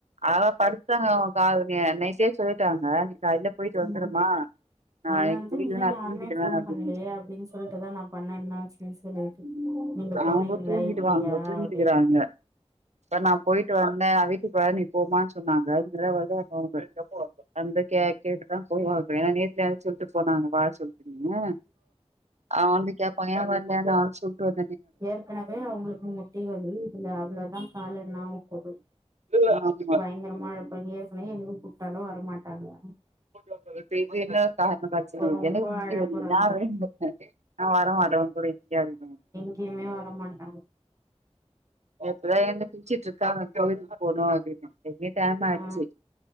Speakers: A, on the right; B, on the right.
A: அதான் படுத்தாங்கலா அவுங்க நைட்டே சொல்லிட்டாங்க நீ காலைல போயிட்டு வந்துருமா
B: ம் ம்
A: நா
B: அதனாலதான்
A: எனக்கு முடியல
B: இன்னும்
A: நா
B: யாருமே
A: தூங்கிடுவே
B: எனக்கு ஃபோன்
A: அப்டின்னு
B: பண்ணயே அப்டின்னு சொ சொல்லிட்டுதான் நான் பண்ணேன் என்ன ஆச்சுனு சொல்லிட்டு நீங்க போனீங்களா
A: அவுங்க தூங்கிடுவாங்க
B: இல்லையா
A: தூங்கிட்டுக்கிறாங்க
B: அப்டின்னுட்டு
A: இ நான் போயிட்டு வந்தேன் நா வீட்டுக்கு வரன் போமான்னு சொன்னாங்க அதுக்குள்ள வந்து நா ஃபோன் பன்னிட்டேன் வந்து கேட்டுதான் போவாங்க ஏன்னா நேத்து நெனசின்ட்டு போனாங்க வா சொல்லிட்டுங்க அவன் வந்து கேப் பான் ஏன் வர்ல நா வந்து சொன்ட்டு
B: ஏற்கனவே அவுங்களுக்கு முட்டி வலி இதுல அவ்ளோவுதான் கால் என்னாவு போதோ
A: இ ஆமா
B: ங்கிற மழைப்பள்ளங்க ஏற்கனவே எங்கும் கூப்பட்டாலும் வரமாட்டாங்க
A: <unintelligible> செரி ஒன் பொன்னுக்கு
B: இப்ப ரொம்ப
A: முட்டி
B: அழ
A: வலிக்குது
B: போறாங்க
A: நான் வரன் நான் வரமாட்டேன் கூட கன்
B: எங்யமே வரமாண்டாங்க
A: இப்பதா எழுந்து குளிசிட்டு இருக்கான் கோவிலுக்கு போனு அப்பின்னு ஏற்கனவே டைம் அயிடுச்சு
B: ஆ